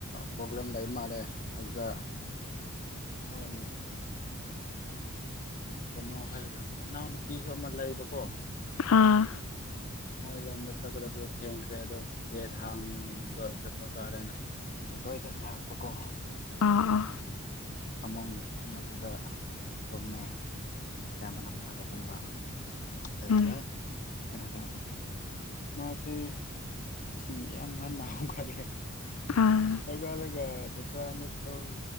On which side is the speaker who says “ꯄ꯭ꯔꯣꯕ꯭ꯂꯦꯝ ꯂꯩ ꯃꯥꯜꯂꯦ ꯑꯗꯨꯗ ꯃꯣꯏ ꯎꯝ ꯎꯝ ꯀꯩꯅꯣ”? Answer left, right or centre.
Left